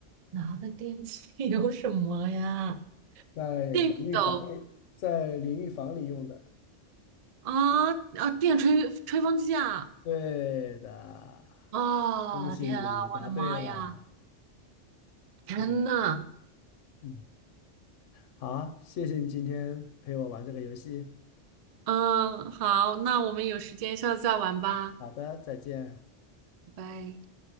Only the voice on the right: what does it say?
拿的电器 <laughs> 有什么呀？
电熨斗
啊啊，电吹吹风机啊！
啊，
天啊，
我的妈呀！天呐，
嗯，好，那我们有时间下次再玩吧，
拜拜。